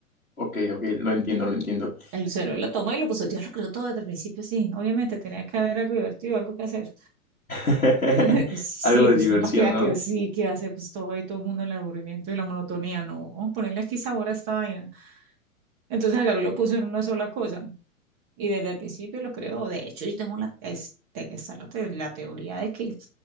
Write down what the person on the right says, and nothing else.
el Lucero lo tomó y lo puso, Dios lo creó todo desde el principio, sí, obviamente tenía que haber algo divertido, algo que hacer.
<laughs> sí,
pues
¿qué va qué va
que sí, que va a hacer pues todo ahí, todo el mundo en el aburrimiento y la monotonía, no, vamos a ponerle aquí sabor a esta vaina. Entonces agarró y lo puso en una sola cosa. Y desde el principio lo creo. De hecho, yo tengo la, este, está la, te- la teoría de que